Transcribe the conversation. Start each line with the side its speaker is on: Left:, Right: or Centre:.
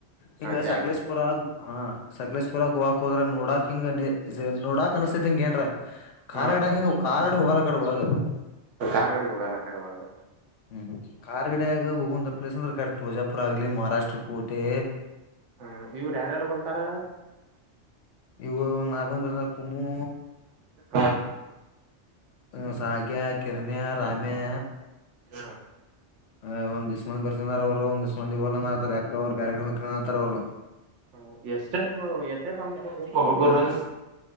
Left: ಹಿಂಗ
Right: ಜಾಗ
Left: ಸಕ್ಲೇಶಪುರ
Right: ಇರ್ತತಿ
Left: ಹ. ಸಕ್ಲೇಶಪುರ ಗೋವಾ ಕೊದ್ರಾ ನೋಡಾಕ್ ಹಿಂಗ್ ಆನಿ ನೋಡಕ್ ಅನುಸ್ತಾತ್ ಹಿಂಗ್ ಏನ್ರ. ಕಾಲ
Right: ಹ್ಮ
Left: ಇಡಂಗಗಿವ್ ಕಾಲ್ ಇಡು ಹೋಗಲ ಕಡೆ ಒಳಗ.
Right: ಕಾರ್ ಇಡು ಹೋಗಲ್ ಅಕಾಡಿ ಒಳಗ.
Left: ಹ್ಮ್ ಕಾರ್ ಗಿಡಗ ಹೋಗುವಂತ ಪ್ಲೇಸ್ ಅಂದ್ರೆ ಇಕಡೆ ತುಳಜಾಪುರ ಆಗ್ಲಿ ಮಹಾರಾಷ್ಟ್ರ ಕೋಟೆ.
Right: ಹಾ ಇವ್ರು ಯಾರ್ಯಾರು ಬರ್ತಾರ.
Left: ಇವು ನಾಕ್ ಮಂದಿ ಬರ್ತಾರಾ ಕುಮು.
Right: ಹ
Left: ಹ್ಮ ಸಾಗ್ಯಾ ಕಿರಣ್ಯ ರಾಮ್ಯಾ.
Right: ಹ್ಮ.
Left: ಹಾ ಒಂದ್ ಇಷ್ಟ್ ಮಂದಿ ಬರ್ತಿನ್ ಅಂದರ್ ಅವ್ರು ಒಂದಿಷ್ಟ್ ಮಂದಿ ಬರಲ್ ಅನಕಾತಾರ್ ಯಾಕ ಅವ್ರು ಬ್ಯಾರ್ ಕಡೆ ಹೋಕಿವ್ ಅನಕಾತಾರ್ ಅವ್ರು.
Right: ಹ ಎಷ್ಟ್ ಎಷ್ಟ್ ನೋಡ್ ಎಷ್ಟ್ ಎಷ್ಟ್ ತಂಬಾರ್ಬಕು ಒಬಬೂರು.